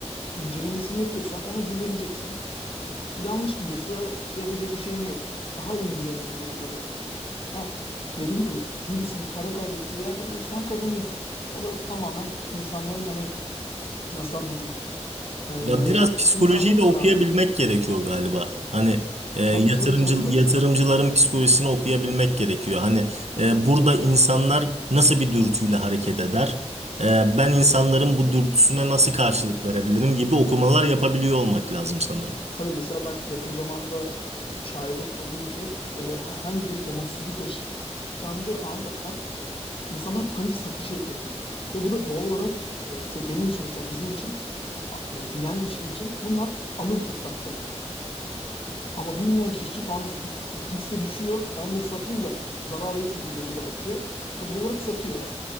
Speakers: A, on the left (about 50°); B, on the right (about 70°).
A: incelemesini yapıyorsan ona güveneceksin. E, yanlış gidiyorsa yapacak bir şeyin yok. Daha iyi incelemen gerekiyor demektir. Ha, dediğin gibi birisinin para kaybettiği yerde bir sen kazanıyorsun. O da tamamen insanların hani nasıl anlatayım? Ee,
B: Ya biraz psikolojiyi
A: insanların
B: de
A: kararları.
B: okuyabilmek gerekiyor galiba. Hani e, yatırımcı
A: Tabii tabii tabii tabii.
B: yatırımcıların psikolojisini okuyabilmek gerekiyor. Hani e, burada insanlar nasıl bir dürtüyle hareket eder? E, ben insanların bu dürtüsüne nasıl karşılık verebilirim gibi okumalar yapabiliyor olmak lazım sanırım.
A: Tabii mesela ben yakın zamanda şahit olduğum bir şey böyle herhangi bir olumsuzluk yaşandığı anla insanlar panik satışı yapıyor. Ve bu da doğal olarak e, sen- benim için mesela bizim için a- e, bilen kişi için bunlar alım fırsatlarıdır. Ama bilmeyen kişi için "Lan hisse düşüyor ben de satayım da zarar etmeyeyim gözüyle bakıyor. E, Doğal olarak satıyor da.